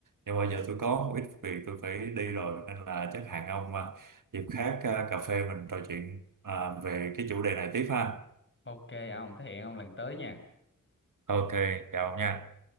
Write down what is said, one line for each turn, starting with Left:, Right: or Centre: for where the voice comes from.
Right: nhưng mà giờ tôi có một ít việc tôi phải đi rồi nên là chắc hẹn ông à, dịp khác à, cà phê mình trò chuyện à, về cái chủ đề này tiếp ha.
Left: ok ông thế hẹn ông lần tới nha
Right: Ok, chào ông nha.